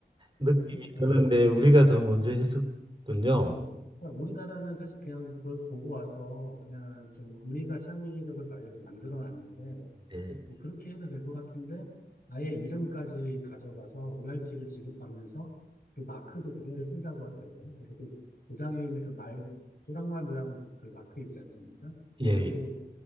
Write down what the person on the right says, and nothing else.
느낌이
드는데 우리가 더 먼저 했었군요.
예,
예,
예.